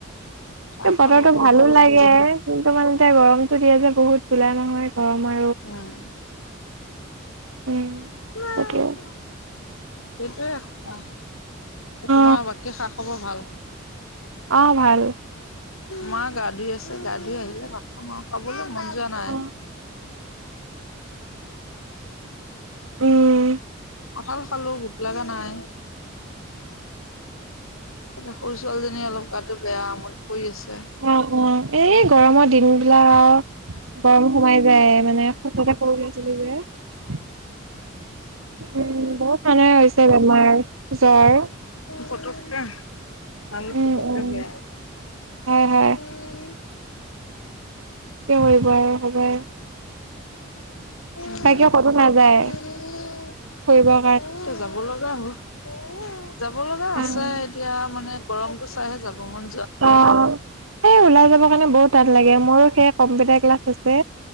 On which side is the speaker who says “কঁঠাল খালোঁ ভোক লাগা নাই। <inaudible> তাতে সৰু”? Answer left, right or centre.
Left